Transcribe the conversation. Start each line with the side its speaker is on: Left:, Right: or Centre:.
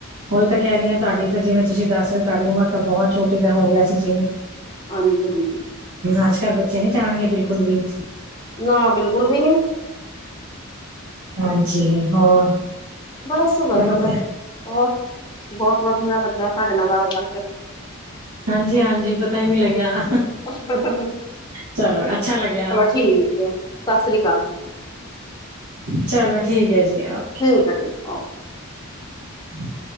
Right: ਉਹੀ ਤਾਂ ਕਹਿ ਰਹੀ ਆ ਤੁਹਾਡੀ ਤਾਂ ਜਿਵੇਂ ਤੁਸੀਂ ਦੱਸ ਰਹੇ ਤੁਹਾਡੀ ਉਮਰ ਤਾਂ ਬਹੁਤ ਛੋਟੀ ਤਾਂ ਹੋ ਗਿਆ ਸੀ ਜਿਵੇਂ
Left: ਹਾਂਜੀ, ਹਾਂਜੀ
Right: ਅੱਜ ਕੱਲ੍ਹ ਬੱਚੇ ਨੀ ਜਾਣਗੇ ਬਿਲਕੁਲ ਵੀ
Left: ਨਾ ਬਿਲਕੁਲ ਵੀ ਨਹੀਂ।
Right: ਹਾਂਜੀ ਹੋਰ
Left: ਬਸ ਵਧੀਆ
Right: ਚਲੋ ਫਿਰ
Left: ਬਹੁਤ ਵਧੀਆ ਲੱਗਿਆ ਤੁਹਾਡੇ ਨਾਲ ਗੱਲ ਕਰਕੇ।
Right: ਹਾਂਜੀ, ਹਾਂਜੀ ਪਤਾ ਹੀ ਨਹੀਂ ਲੱਗਿਆ
Left: ਕਰਕੇ
Right: ਚਲੋ ਅੱਛਾ ਲੱਗਿਆ।
Left: ਠੀਕ ਏ। ਸਤਿ ਸ੍ਰੀ ਅਕਾਲ ਜੀ।
Right: ਚਲੋ ਠੀਕ ਹੈ ਜੀ ਓਕੇ।
Left: ਠੀਕ ਹੈ ਠੀਕ ਓਕੇ
Right: <inaudible>